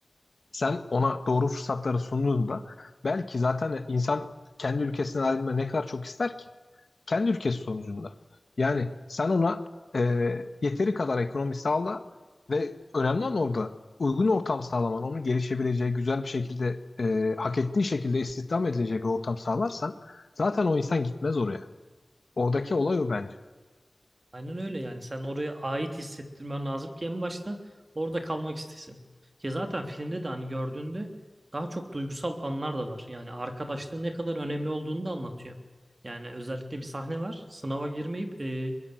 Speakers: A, on the left; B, on the right.
A: sen ona doğru fırsatları sunduğunda belki zaten insan kendi ülkesinden ayrılmayı ne kadar çok ister ki? Kendi ülkesi sonucunda. Yani sen ona e, yeteri kadar ekonomi sağla ve önemli olan orada uygun ortam sağlaman, onun gelişebileceği, güzel bir şekilde, e, hak ettiği şekilde istihdam edileceği bir ortam sağlarsan zaten o insan gitmez oraya. Oradaki olay o bence.
B: Aynen öyle yani sen oraya ait hissettirmen lazım ki en başta orada kalmak istesin. Ki zaten filmde de hani gördüğünde daha çok duygusal anlar da var. Yani arkadaşlığın ne kadar önemli olduğunu da anlatıyor. Yani özellikle bir sahne var. Sınava girmeyip e,